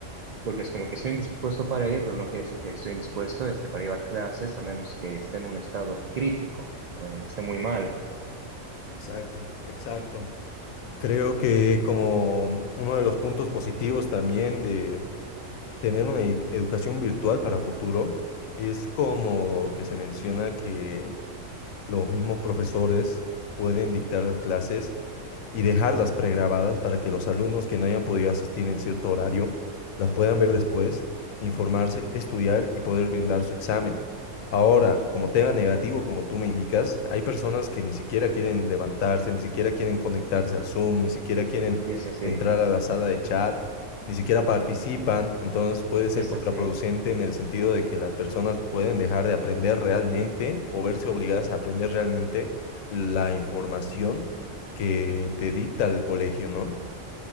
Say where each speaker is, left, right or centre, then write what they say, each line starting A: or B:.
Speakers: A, on the right; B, on the left.
A: Porque es como que estoy indispuesto para ir, pero no quiere decir que estoy indispuesto este, para llevar clases, a menos que esté en un estado crítico, en el que esté muy mal.
B: Exacto, exacto. Creo que como uno de los puntos positivos también de, tener una e- educación virtual para futuro es como que se menciona que los mismos profesores pueden dictar las clases y dejarlas pregrabadas para que los alumnos que no hayan podido asistir en cierto horario las puedan ver después, informarse, estudiar y poder brindar su examen. Ahora, como tema negativo, como tú me indicas, hay personas que ni siquiera quieren levantarse, ni siquiera quieren conectarse al Zoom, ni siquiera quieren
A: Y es así,
B: entrar a la sala de chat, ni siquiera participan, entonces puede ser
A: es
B: contraproducente
A: así,
B: en el sentido de que las personas pueden dejar de aprender realmente o verse obligadas a aprender realmente la información que te dicta el colegio, ¿no?